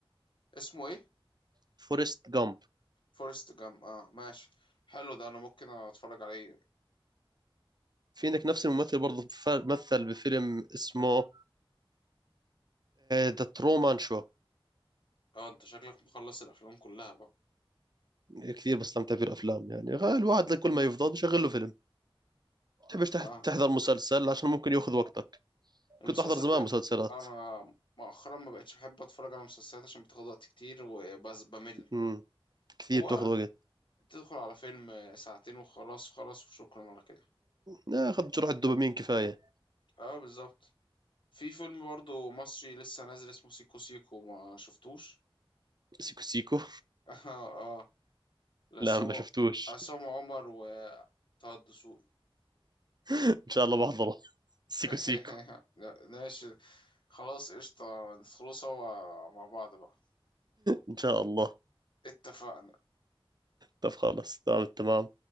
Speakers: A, on the left; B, on the right.
A: اسمه ايه
B: فورست جامب
A: فورست جام اه ماشي حلو ده انا ممكن اتفرج عليه
B: في عندك نفس الممثل برضه ف- مثل بفيلم اسمه ذا ترومان شو
A: اه انت شكلك مخلص الافلام كلها بقى
B: كثير بستمتع في الأفلام يعني الواحد كل ما يفضل بشغل له فيلم تحبش تح-
A: اه
B: تحضر مسلسل عشان ممكن ياخذ وقتك
A: المسلسل
B: كنت أحضر زمان
A: بي...
B: مسلسلات
A: انا مؤخرا ما بقتش بحب اتفرج على مسلسلات عشان بتاخد وقت كتير وبس بمل
B: امم كثير
A: هو
B: بتاخذ وقت
A: تدخل على فيلم ساعتين وخلاص وخلاص وشكرا على كده
B: ناخذ جرعة دوبامين كفاية
A: اه بالظبط في فيلم برضو مصري لسه نازل اسمه سيكو سيكو ما شفتوش
B: سيكو سيكو
A: <laughs> اه اه لعصام
B: لا ما شفتوش
A: عصام عمر وطه الدسوقي
B: ان شاء الله بحضره <laughs> سيكو
A: <laughs>
B: سيكو
A: لا، ماشي خلاص قشطة ندخلوا سوا مع بعض بقى
B: ان شاء الله
A: اتفقنا
B: طب خلاص تمام التمام